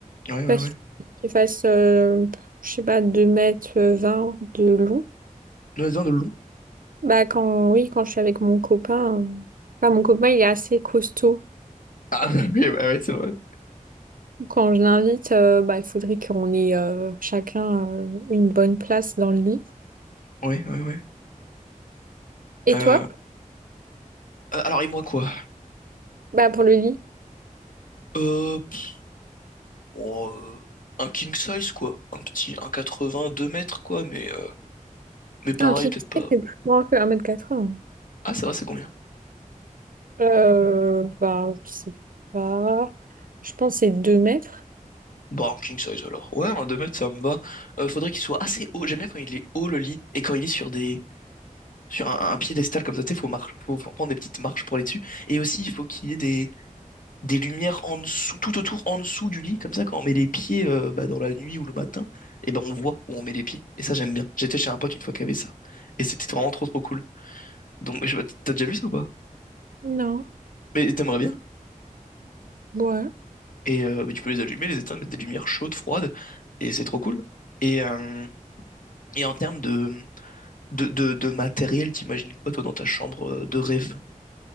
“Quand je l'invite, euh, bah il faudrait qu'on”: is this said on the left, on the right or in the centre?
Right